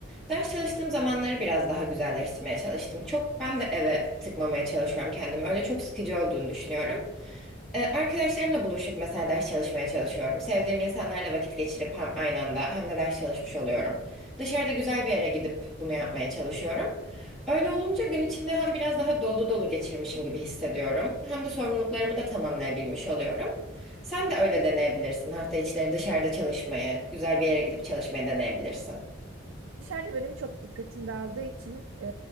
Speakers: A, in the centre; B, on the right.
A: ders çalıştığım zamanları biraz daha güzelleştirmeye çalıştım. Çok ben de eve tıkmamaya çalışıyorum kendimi. Öyle çok sıkıcı olduğunu düşünüyorum. Ee, Arkadaşlarımla buluşup mesela ders çalışmaya çalışıyorum. Sevdiğim insanlarla vakit geçirip hem aynı anda hem de ders çalışmış oluyorum. Dışarıda güzel bir yere gidip bunu yapmaya çalışıyorum. Öyle olunca gün içinde hem biraz daha dolu dolu geçirmişim gibi hissediyorum. Hem de sorumluluklarımı da tamamlayabilmiş oluyorum. Sen de öyle deneyebilirsin. Hafta içleri dışarıda çalışmayı, güzel bir yere gidip çalışmayı deneyebilirsin.
B: Dışarıda benim çok dikkatim dağıldığı için e,